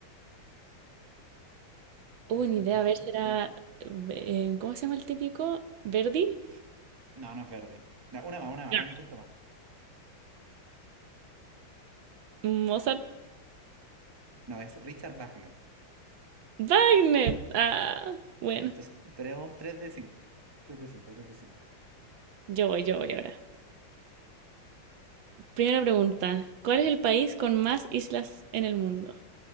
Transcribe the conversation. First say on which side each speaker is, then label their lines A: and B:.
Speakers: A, on the right; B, on the right.
A: Piénsalo,
B: Uh, ni idea,
A: piénsalo.
B: a ver, será. eh, eh, ¿cómo se llama el típico? ¿Verdi?
A: No, no es Verdi. No, una más, una más,
B: Ya.
A: un intento más.
B: Mozart.
A: No, es Richard Wagner.
B: Wagner. Ah, bueno,
A: Entonces, tenemos tres de cinco, tres de cinco, tres de cinco.
B: yo voy, yo voy ahora. Primera pregunta. ¿Cuál es el país con más islas en el mundo?